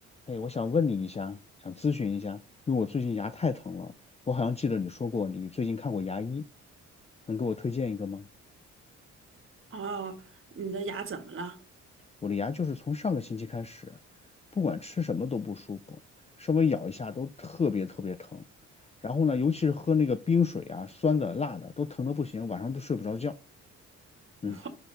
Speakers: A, on the left (about 20°); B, on the right (about 45°).
A: 哎，我想问你一下，想咨询一下，因为我最近牙太疼了。我好像记得你说过你最近看过牙医，能给我推荐一个吗？
B: 哦，你的牙怎么了？
A: 我的牙就是从上个星期开始，不管吃什么都不舒服，稍微咬一下都特别特别疼。然后呢，尤其是喝那个冰水啊，酸的、辣的，都疼的不行，晚上都睡不着觉。
B: <laughs>
A: 嗯，
B: 我，